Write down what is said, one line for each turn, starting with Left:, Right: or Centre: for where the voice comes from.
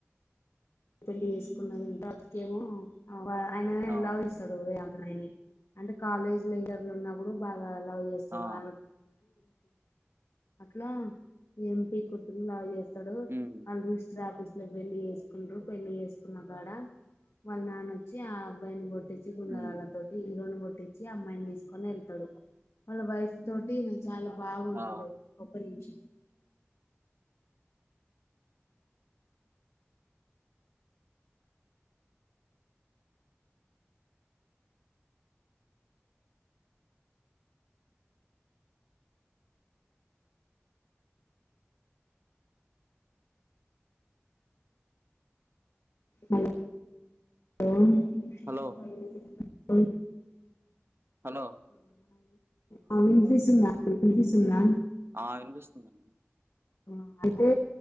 Left: పెళ్లి పెళ్లి చేసుకున్నదంట అందుకేమో ఆయన
Right: ఆ!
Left: లవ్ చేస్తడు, ఏయా అంటే కాలేజ్ లీడర్లు ఉన్నప్పుడు బాగా లవ్ చేస్తడు
Right: ఆ!
Left: వాళ్ళ అట్లా ఎంపీ కూతుర్ని లవ్ చేస్తడు,
Right: హ్మ్.
Left: వాళ్ళ లిస్టు రాపిస్ ఇట్ల పెళ్లి చేసుకుంట్రు పెళ్లి చేసుకున్న కాడ, వాళ్ళ నాన్నొచ్చి ఆ అబ్బాయిని కొ తెచ్చుకున్న
Right: హ్మ్.
Left: వాళ్ళతోటి హరోను కొట్ తెచ్చి అమ్మాయిని తీసుకొని ఎళ్తడు, వాళ్ళ వైఫ్ తోటి న చాలా బాగుంటడు
Right: ఆ!
Left: ఒక నిమిషం హలో అ
Right: హలో! హలో.
Left: ఆ వినిపిస్తుందా అం వినిపిస్తుందా?
Right: ఆ వినిపిస్తుందండి.
Left: ఆ అయితే